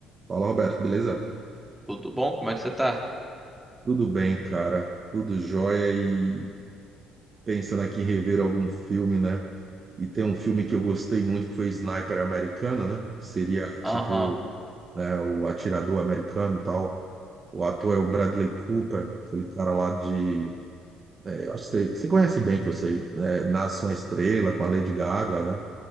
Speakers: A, on the right; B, in the centre.
A: Fala, Roberto, beleza?
B: Tudo bom? Como é que você tá?
A: Tudo bem, cara? Tudo jóia e pensando aqui em rever algum filme, né? E tem um filme que eu gostei muito que foi Sniper Americana, né? Seria tipo,
B: Aham,
A: né, o atirador americano e tal. O ator é o Bradley Cooper, aquele cara lá de. é, acho que você, você conhece bem, que eu sei. Né? Nasce uma Estrela com a Lady Gaga, né?